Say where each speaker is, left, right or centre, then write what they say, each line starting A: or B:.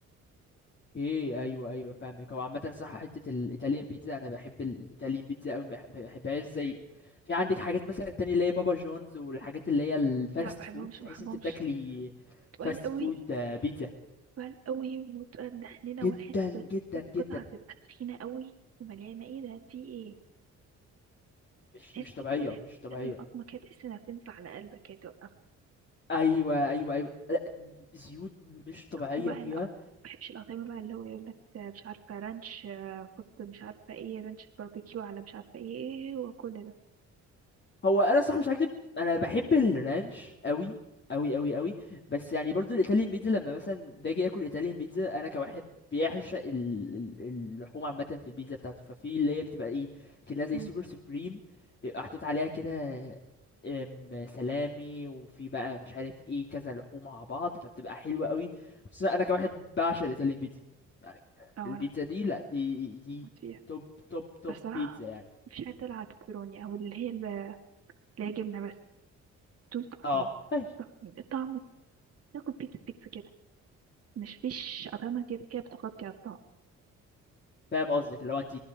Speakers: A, on the left (about 35°); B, on the right (about 50°).
A: ايه ايوه ايوه فاهمك هو عامه صح حته الايطاليان بيتزا انا بحب الايطاليان بيتزا قوي ما بحبهاش زي في عندك حاجات مثلا تانية اللي هي بابا جونز والحاجات اللي هي الفاست
B: لا بحبهمش
A: فود تحس
B: بحبهمش
A: انت بتاكلي
B: تقال
A: فاست
B: قوي
A: فود آه، بيتزا
B: تقال قوي وتقال مدهننة
A: جدا
B: والحتة
A: جدا
B: القطعة
A: جدا
B: تبقى تخينة قوي ومليانة ايه ده في ايه
A: مش
B: تحس
A: مش طبيعيه
B: انت بتاكل
A: مش طبيعيه
B: حتة القطمة كده تحس انها بتنزل على قلبك كده
A: ايوه ايوه ايوه لا، زيوت مش طبيعيه
B: وبقى
A: فيها
B: لا ما بحبش الأطعمة بقى اللي هو يقول لك مش عارفة رانش آه، حط مش عارفة ايه رانش باربيكيو على مش عارفة ايه إيه، وكل ده
A: هو انا صح مش هكدب انا بحب الرانش قوي قوي قوي قوي بس يعني برضو الايطاليان بيتزا لما مثلا باجي اكل ايطاليان بيتزا انا كواحد بيعشق ال- ال- اللحوم عامه في البيتزا بتاعته ففي اللي هي بتبقى ايه كده زي
B: مم.
A: سوبر سوبريم بيبقى محطوط عليها كده أم، سلامي وفي بقى مش عارف ايه كذا لحوم مع بعض فبتبقى حلوه قوي بس انا كواحد بعشق الايطاليان بيتزا يعني
B: اه
A: البيتزا
B: انا
A: دي لا دي دي
B: كنت فيها
A: توب توب توب
B: بس صراحة
A: بيتزا يعني
B: مفيش حاجة تلعب على البيبروني او اللي هي ال- اللي هي جبنة بس دول تحفين
A: اه ماشي
B: تحفين الطعم تاكل بيتزا بيتزا كده مش فيش أطعمة كده كده بتغطي على الطعم
A: فاهم قصدك اللي هو انت